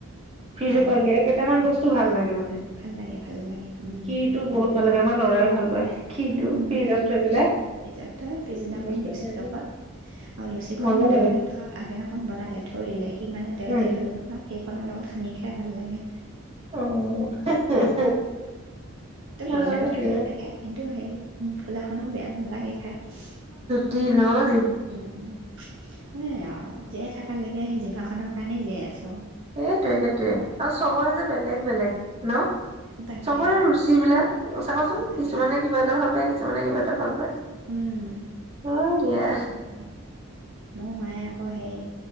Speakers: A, on the right; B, on the right.
A: ফ্ৰিজ
B: হয়
A: পৰা উলিয়াই কেইটামান বস্তু ভাল লাগে মানে
B: ভাল লাগে ভাল লাগে উম।
A: খিতটো বহুত ভাল লাগে আমাৰ লৰাই ভাল পায় খিৰটো
B: উম
A: ফ্ৰিজত
B: মই
A: থৈ পেলাই
B: ভাল পাওিজত থ পিছদিনাখন
A: এনেকে
B: লুচিৰ
A: আমি
B: লগত আৰু লুচি
A: মজা
B: খনো
A: লাগে
B: ধৰক ধৰ আগদিনাখন বনালে থৈ দিলে সি মানে তেল
A: উম
B: তেল হৈ গ'ল ন সেইখনৰ লগত খাই খাই ভাল লাগে
A: অ'
B: গৰম
A: হয়
B: গৰম
A: দিয়া
B: ভালেই লাগে কিন্তু সেই ফুলাখনো বেয়া নালাগে খাই
A: তিনৰ
B: উম উম সেই আৰু যে থাকে কালৈকে সিজিভাখনৰ কাৰণেই জীয়াই আছোঁ
A: সেইটোৱে সেইটোয়ে আৰু চবৰে যে বেলেগ বেলেগ ন
B: তাকে
A: চবৰে ৰুচিবলাক চাবাচোন
B: তাকে
A: কিছুমানে কিবা এটা ভাল পাই মানে কিবা এটা ভাল পায়
B: উম
A: হয় দিয়া
B: অ হয় দিয়ক মোৰ মায়ে আকৌ হেই